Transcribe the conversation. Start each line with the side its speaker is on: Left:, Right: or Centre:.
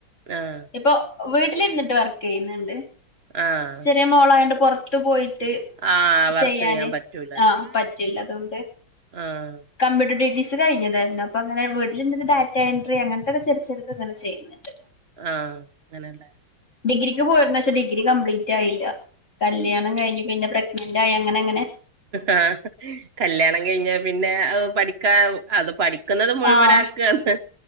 Right: ആഹ
Left: ഇപ്പൊ വീട്ടിലിരുന്നിട്ട് വർക്ക് ചെയ്യുന്നുണ്ട്
Right: ആഹ്
Left: ചെറിയ മോളായൊണ്ട് പുറത്തു പോയി് ട്ട്
Right: ആഹ് വർക്ക്
Left: ചെയ്യാന്
Right: ചെയ്യാൻ പറ്റൂലല്ലോ
Left: ആഹ് പറ്റില്ല അതുകൊണ്ട്
Right: ആഹ്
Left: കമ്പ്യൂട്ടർ ടി ടി സി ത് കഴിഞ്ഞതായിരുന്നു അപ്പൊ അങ്ങനെ വീട്ടിൽിന്റെ ഡാറ്റ എൻട്രി അങ്ങനത്തെൊക്കെറ ചെറത്ങ്ങെ ചെയ്യുന്നുണ്ട്
Right: ആഹ് അങ്ങനെല്ലേ
Left: ഡിഗ്രിക്ക് പോയിരുന്നു പക്ഷെ ഡിഗ്രി കപ്ലീറ്റ് ആയില്ല കല്യാണം കഴിഞ് പിന്നെ പ്രഗ്നന്റ് ആയെ ങ്ങനെ ങ്ങനെ
Right: ആ കല്യാണം കഴിഞ്ഞ പിന്നെ പഠിക്കാ അത് പഠി ക്കുന്നത് മുഴുവന
Left: ആഹ്
Right: ആക്കാണ്